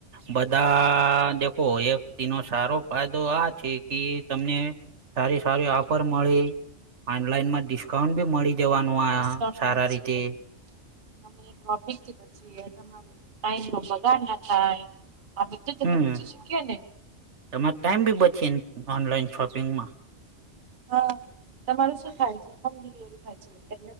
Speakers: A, on the right (about 70°); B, on the right (about 45°).
A: બધા દેખો એક તેનો સારો ફાયદો આ છે કી તમને સારી સારી ઓફર મળી, ઓનલાઈનમાં ડિસ્કાઉન્ટ ભી મળી જવાનું આ.
B: ડિસ્કાઉન્ટ
A: સારા
B: મળે
A: રીતે
B: છે તમે ટ્રોફિકથી બચીએ તમારું ટાઈમનો બગાડ ના થાય. આ બધું તમે
A: હમ્મ,
B: બચી શકીએ ને
A: તમાર ટાઈમ બી બચી ઓનલાઈન શોપિંગમાં.
B: હા તમારું શું ખ્યાલ છે? હોમ ડિલિવરી થાય છે. હ